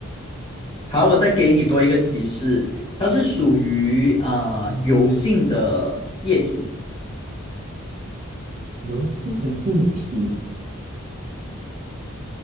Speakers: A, on the left; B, on the right.
A: 好，我再给你多一个提示，它是属于啊、呃油性的液体，
B: 油性的液体？